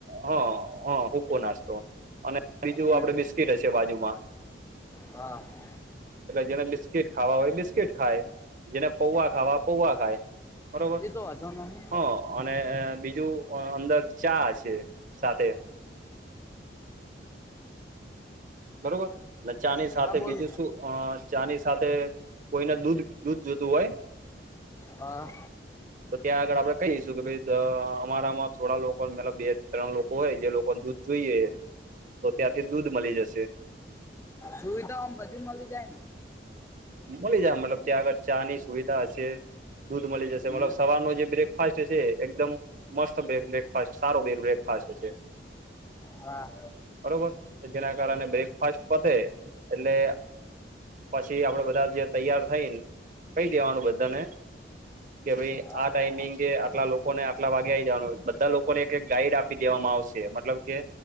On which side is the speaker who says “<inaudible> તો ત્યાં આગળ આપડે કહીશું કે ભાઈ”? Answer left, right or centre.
Right